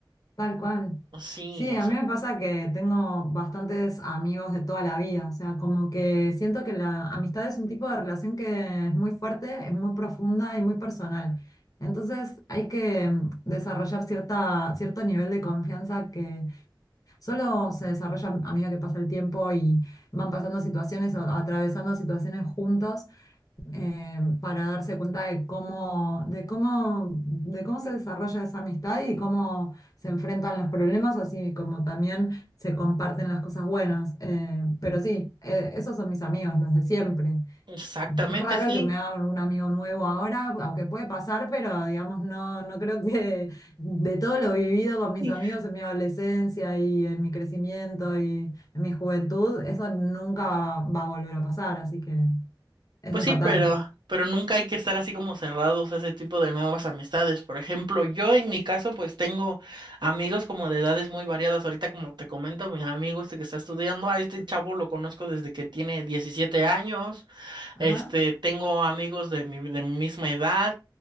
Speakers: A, on the left; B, on the right.
A: Tal cual.
B: Sí,
A: Sí,
B: o
A: a
B: sea,
A: mí me pasa que tengo bastantes amigos de toda la vida, o sea, como que siento que la amistad es un tipo de relación que es muy fuerte, es muy profunda y muy personal. Entonces hay que mm, desarrollar cierta, cierto nivel de confianza que solo se desarrolla a medida que pasa el tiempo y van pasando situaciones o atravesando situaciones juntos eh, para darse cuenta de cómo, de cómo, de cómo se desarrolla esa amistad y cómo se enfrentan los problemas, así como también se comparten las cosas buenas. Eh, pero sí, eh, esos son mis amigos, los de siempre.
B: exactamente,
A: Es raro
B: sí.
A: que me haga un amigo nuevo ahora, aunque puede pasar, pero digamos, no, no creo que de todo lo vivido con mis
B: sí,
A: amigos en mi adolescencia y en mi crecimiento y en mi juventud, eso nunca va va a volver a pasar, así que es
B: Pues
A: importante.
B: sí, pero, pero nunca hay que estar así como cerrados a ese tipo de nuevas amistades. Por ejemplo, yo en mi caso, pues tengo amigos como de edades muy variadas. Ahorita, como te comento, mi amigo este que está estudiando, a este chavo lo conozco desde que tiene 17 años.
A: Ajá,
B: Este, tengo amigos de mi, de mi misma edad,